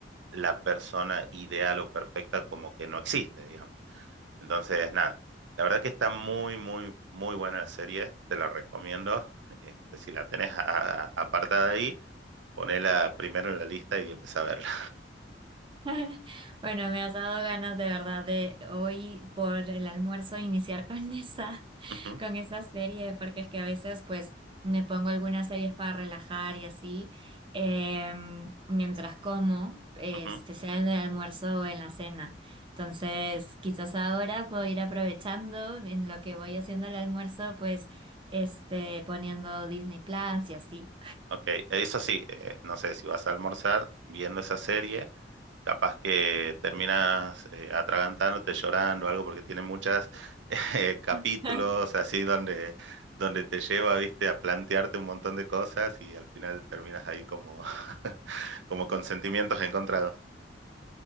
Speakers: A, on the right; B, on the right.
A: la persona ideal o perfecta como que no existe, digamos. Entonces, nada, la verdad que está muy, muy, muy buena la serie, te la recomiendo. <laughs> Este, si la tenés a- a- apartada ahí, ponela primero en la lista y empezá a verla.
B: <laughs> Bueno, me has dado ganas de verdad de hoy por el almuerzo iniciar con <laughs> esa,
A: <laughs> Ujú,
B: con esa serie, porque es que a veces pues me pongo algunas series para relajar y así, em, mientras como, este,
A: ujú.
B: sea en el almuerzo o en la cena. Entonces, quizás ahora puedo ir aprovechando en lo que voy haciendo el almuerzo, pues este, poniendo Disney Plus y así.
A: Ok, eso sí, eh, no sé si vas a almorzar viendo esa serie, capaz que terminas eh, atragantándote, llorando, algo, porque tiene muchos <laughs> capítulos
B: <laughs>
A: así donde, donde te lleva, viste, a plantearte un montón de cosas y al final terminas ahí como, <laughs> como con sentimientos encontrados.